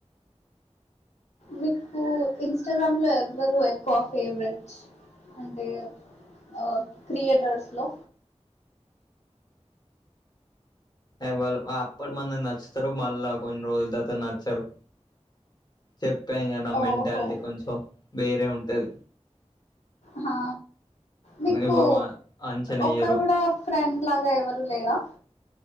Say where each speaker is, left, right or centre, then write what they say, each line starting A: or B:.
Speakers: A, on the left; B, on the left.
A: మీకు ఇన్స్టాగ్రామ్ లో ఎవ్వరు ఎక్కువ ఫేవరెట్ అంటే ఆ క్రియేటర్స్ లో
B: అ వాళ్ళ అప్పుడు మన నచ్చుతారు మళ్ళా కొన్ని రోజుల తరువాత నచ్చారు చెప్పగా నా
A: ఓహో
B: మెంటాలిటీ కొంచెం వేరే ఉంటది
A: హా మీకు
B: ఎవరు అంచనా
A: ఒక్కరు
B: ఎయ్యరు
A: కూడా ఫ్రెండ్ లాగా ఎవరు లేరాా